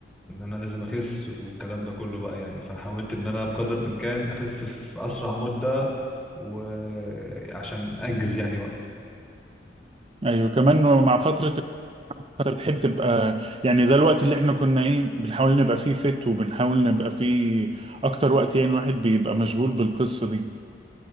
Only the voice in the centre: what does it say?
ان انا لازم اخس والكلام ده كله بقى يعني فحاولت ان انا بقدر الامكان اخس في اسرع مدة وعشان انجز يعني وقت